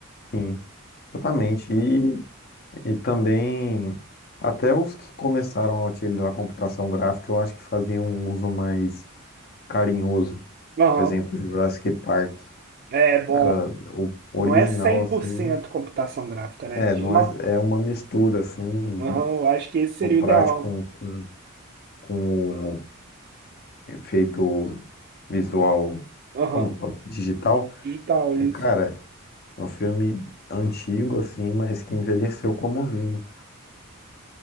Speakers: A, on the left; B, on the right.
A: Sim, exatamente. E, e também, até os que começaram a utilizar a computação gráfica, eu acho que faziam um uso mais carinhoso.
B: aham,
A: Por exemplo, Jurassic Park.
B: é bom.
A: Cara, o original,
B: Não é 100%
A: assim,
B: computação gráfica, né?
A: é,
B: Tinha
A: não
B: uma
A: é, é uma mistura, assim,
B: Aham, eu acho que esse seria
A: do prático
B: o ideal.
A: com, com, com o efeito visual,
B: né? Aham,
A: como, fala? digital.
B: di- digital,
A: Mas,
B: isso.
A: cara, é um filme antigo, assim, mas que envelheceu como vinho.